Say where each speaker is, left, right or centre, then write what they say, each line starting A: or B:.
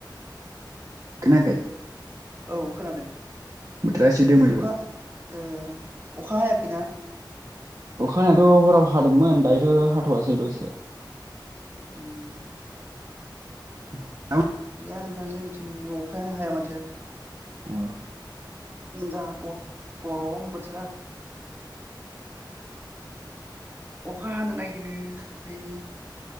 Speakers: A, on the right; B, on the right.
A: खोनायाखै
B: औ खोनादों।
A: बोथोरा ऐसे दोमैलु
B: अखा ओ अखा हायाखैना?
A: अखा हानायाथ' हराव हादोंमोन दायोथ' हाथ'वासै दसे
B: उम
A: <inaudible>
B: गैया नोंथां जोंनिथिं नै अखायानो हाया माथो
A: औ
B: जा ग-गरम बोथोरा अखा हानो नागिरो ओमफाय